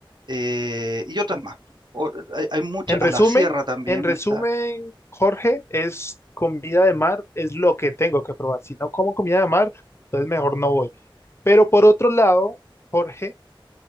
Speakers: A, on the right; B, on the left.
A: eh, y otras más. O- hay, hay muchas,
B: En resumen,
A: a la sierra también
B: en resumen,
A: está.
B: Jorge, es comida de mar, es lo que tengo que probar. Si no como comida de mar, entonces mejor no voy. Pero por otro lado, Jorge,